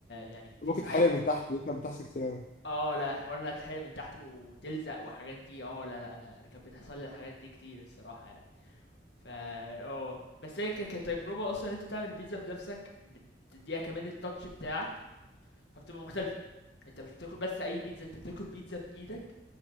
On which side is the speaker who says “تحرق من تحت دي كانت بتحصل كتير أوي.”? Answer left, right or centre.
Left